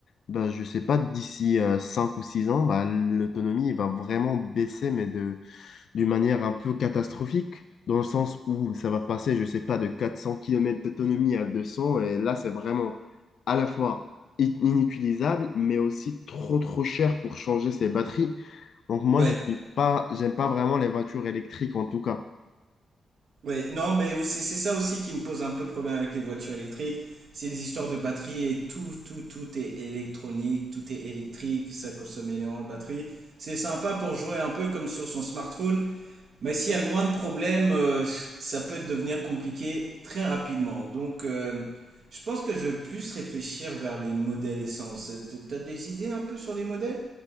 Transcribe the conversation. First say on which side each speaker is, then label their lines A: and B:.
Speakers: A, on the left; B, on the right.
A: bah, je sais pas, d'ici euh, 5 ou 6 ans, bah, l'autonomie va vraiment baisser, mais de, d'une manière un peu catastrophique, dans le sens où ça va passer, je sais pas, de 400 kilomètres d'autonomie à 200 et là, c'est vraiment à la fois i- inutilisable, mais aussi trop, trop cher pour changer ses batteries. Donc moi,
B: Ouais.
A: je suis pas, j'aime pas vraiment les voitures électriques, en tout cas.
B: Ouais, non, mais c'est c'est ça aussi qui me pose un peu problème avec les voitures électriques. C'est les histoires de batterie et tout, tout, tout est électronique, tout est électrique, ça consomme énormément de batterie. C'est sympa pour jouer un peu comme sur son smartphone, mais s'il y a le moins de problèmes, euh, ça peut devenir compliqué très rapidement. Donc, euh, je pense que je vais plus réfléchir vers les modèles essence. T'as des idées un peu sur les modèles?